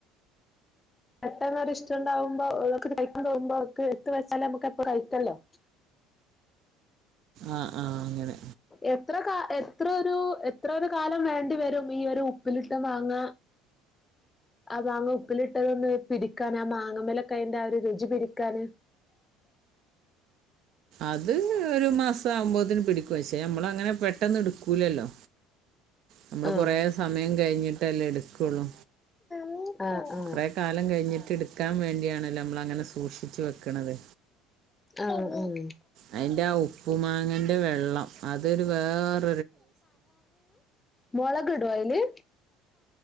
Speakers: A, on the left; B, on the right.
A: പെട്ടെന്നൊരിഷ്ടണ്ടാകുമ്പോ നമ്മക്ക് കഴിക്കാൻ തോന്നുമ്പോ അതൊക്കെ എടുത്ത് വെച്ചാല് നമുക്ക് എടുത്ത് കയിക്കാല്ലോ
B: ആഹ് ആഹ് അങ്ങനെ
A: എത്ര കാ എത്രൊരു എത്ര ഒരു കാലം വേണ്ടി വരും ഈ ഒരു ഉപ്പിലിട്ട മാങ്ങ ആഹ് മാങ്ങ ഉപ്പിലിട്ടതൊന്ന് പിടിക്കാന് ആഹ് മാങ്ങമ്മേലൊക്കെ അയിന്റെ ആഹ് ഒരു രുചി പിടിക്കാന്
B: അത് ഒരു മാസാവുമ്പോത്തിന് പിടിക്കും പക്ഷേ ഞമ്മള് അങ്ങനെ പെട്ടന്ന് എടുക്കൂലല്ലോ നമ്മള്
A: ആഹ്
B: കൊറേ സമയം കയിഞ്ഞിട്ടല്ലേ എടുക്കുവൊള്ളൂ
A: ആഹ് ആഹ്
B: കൊറേ കാലം കഴിഞ്ഞിട്ട് എടുക്കാൻ വേണ്ടിയാണല്ലോ നമ്മളങ്ങനെ സൂക്ഷിച്ച് വെക്കണത്
A: ആഹ് ആഹ്
B: അയിന്റെ ആഹ് ഉപ്പു മാങ്ങേന്റെ വെള്ളം അതൊരു വേറെ
A: മൊളക് ഇടുവോ അയില്